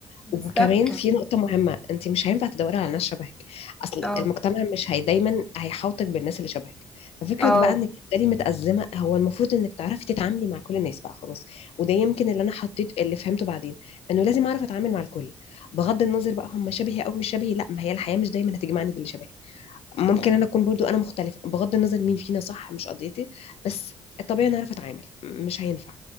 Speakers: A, in the centre; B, on the left.
A: بالظبط
B: وكمان في نقطة مهمة انت مش هينفع تدوري على ناس شبهك اصل
A: اه
B: المجتمع مش هي دايما هيحاوطك بالناس اللي شبهك ففكرة
A: اه
B: بقى انك تبقي متأزمة هو المفروض انك تعرفي تتعاملي مع كل الناس بقى خلاص وده يمكن اللي انا حطيت اللي فهمته بعدين انه لازم اعرف اتعامل مع الكل بغض النظر بقى هم شبهي او مش شبهي لا ما هي الحياة مش دايما هتجمعني باللي شبهي ممكن انا اكون برضو انا مختلفة بغض النظر مين فينا صح مش قضيتي بس الطبيعي انا اعرف اتعامل مش هينفع